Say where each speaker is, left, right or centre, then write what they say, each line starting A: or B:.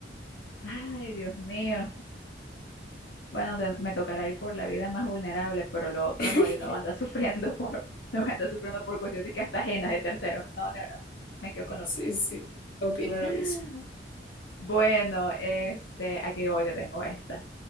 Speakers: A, on the left; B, on the left.
A: Ay, Dios mío. Bueno, te- me tocará ir por la vida más vulnerable, pero lo otro
B: <laughs>
A: no, yo no voy a andar <laughs> sufriendo por, no voy a andar sufriendo por cuestiones que hasta ajenas de terceros. No, no, no, me quedo con lo
B: Sí,
A: otro.
B: sí, opino
A: <laughs>
B: lo mismo.
A: Bueno, este, aquí hoy yo tengo esta.